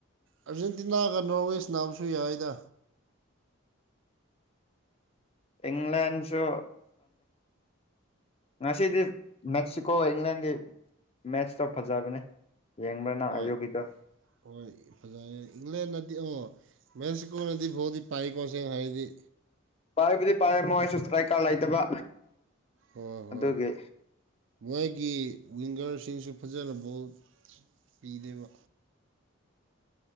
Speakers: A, on the right (about 65°); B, on the left (about 30°).
A: ꯑꯥꯔꯖꯦꯟꯇꯤꯅꯥꯒ ꯅꯣꯔꯠ ꯋꯦꯁ ꯅꯥꯕꯁꯨ ꯌꯥꯏꯗ
B: ꯏꯪꯂꯦꯟꯁꯨ ꯉꯁꯤꯗꯤ ꯃꯦꯛꯁꯤꯀꯣ ꯏꯪꯂꯟꯒꯤ ꯃꯦꯠꯁꯇꯣ ꯐꯖꯕꯅꯦ ꯌꯦꯡꯕꯔꯥ ꯅꯪ
A: ꯍꯣꯏ
B: ꯑꯌꯨꯛꯒꯤꯗꯣ
A: ꯍꯣꯏ ꯐꯖꯩꯌꯦ ꯏꯪꯂꯦꯟꯅꯗꯤ ꯃꯦꯁꯤꯀꯣ ꯑꯣꯏꯅꯗꯤ ꯕꯣꯜꯗꯤ ꯄꯥꯏꯀꯣ ꯁꯦꯡꯅ ꯍꯥꯏꯗꯤ
B: ꯄꯥꯏꯕꯨꯗꯤ ꯄꯥꯏꯌꯦ ꯃꯣꯏꯁꯨ ꯏꯁ꯭ꯀ꯭ꯔꯥꯀ ꯂꯩꯇꯕ
A: ꯍꯣꯏ ꯍꯣꯏ
B: ꯑꯗꯨꯒꯤ
A: ꯃꯣꯏꯒꯤ ꯋꯤꯡꯒꯔꯁꯤꯁꯨ ꯐꯖꯅ ꯕꯣꯜ ꯄꯤꯗꯦꯕ